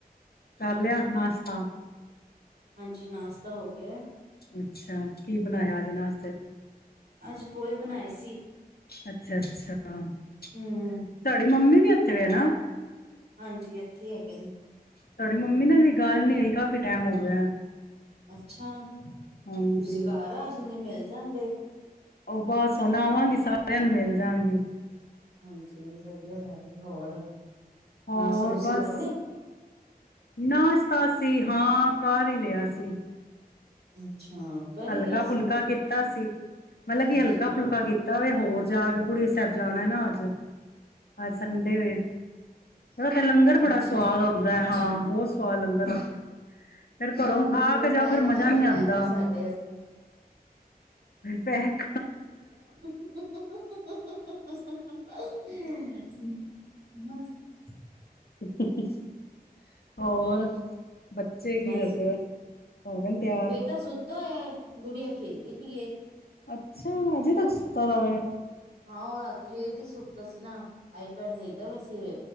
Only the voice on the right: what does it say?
ਹਾਂਜੀ, ਨਾਸ਼ਤਾ ਹੋ ਗਿਆ।
ਅੱਜ ਪੋਹੇ ਬਣਾਏ ਸੀ।
ਹੂੰ,
ਹਾਂਜੀ, ਇੱਥੇ ਹੈਗੇ ਨੇ।
ਅੱਛਾ। ਤੁਸੀਂ
ਘਰ ਆ ਜਾਂਦੇ ਮਿਲ ਜਾਂਦੇ।
ਹਾਂਜੀ, ਵਧੀਆ ਗੱਲ ਹੋਰ।
ਨਾਸ਼ਤਾ ਤੁਸੀਂ
ਕਰ ਲਿਆ?
<unintelligible> ਕਰ ਹੀ
ਲਿਆ ਸੀ
ਮਤਲਬ
ਅੱਛਾ,
ਅੱਛਾ।
ਅੱਛਾ,
ਚਲੋ
ਥੋੜਾ
ਪੈਕ
ਕਰਾ
ਕੇ ਲੈ
ਆਣਾ ਸਾਡੇ ਆਸਤੇ।
<unintelligible>
ਬਸ,
ਬੇਟਾ ਸੁੱਤਾ ਹੋਇਆ। ਗੁੜੀਆਂ ਖੇਲਦੀ ਪਈਏ।
ਹਾਂ, ਉਹ ਰਾਤੀ ਲੇਟ ਹੀ ਸੁੱਤਾ ਸੀ ਨਾ। ਆਈਪੈਡ ਦੇਖਦਾ ਵੈਸੇ ਵੇ